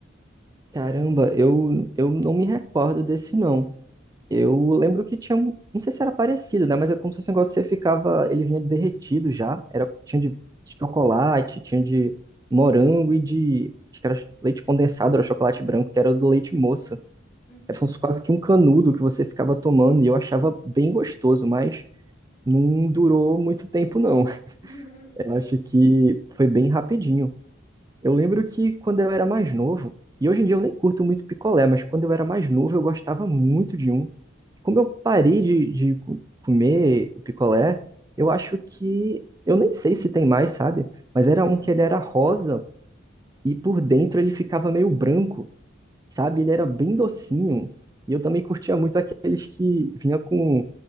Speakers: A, on the right (about 20°); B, on the left (about 40°).
A: Caramba, eu, eu não me recordo desse não. Eu lembro que tinha um, não sei se era parecido, né? Mas é como se fosse um negócio que você ficava, ele vinha derretido já. Era, tinha de chocolate, tinha de morango e de, acho que era leite condensado, era chocolate branco, que era o do leite moça.
B: Uhum.
A: Era como se fosse quase que um canudo que você ficava tomando e eu achava bem gostoso, mas não durou muito tempo, não. <laughs>
B: <laughs>
A: Eu acho que foi bem rapidinho. Eu lembro que quando eu era mais novo, e hoje em dia eu nem curto muito picolé, mas quando eu era mais novo eu gostava muito de um. Como eu parei de, de co- comer picolé, eu acho que. Eu nem sei se tem mais, sabe? Mas era
B: Uhum.
A: um que ele era rosa e por dentro ele ficava meio branco sabe? Ele era bem
B: Uhum.
A: docinho. E eu também curtia muito aqueles que vinha com,